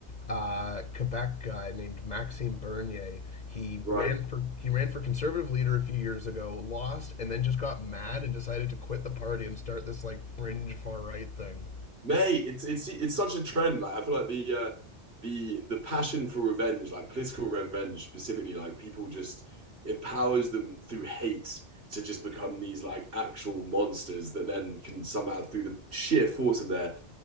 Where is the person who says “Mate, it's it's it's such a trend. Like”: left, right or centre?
Right